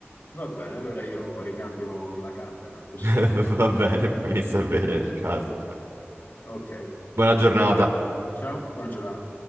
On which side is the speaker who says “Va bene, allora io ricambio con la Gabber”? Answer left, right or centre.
Left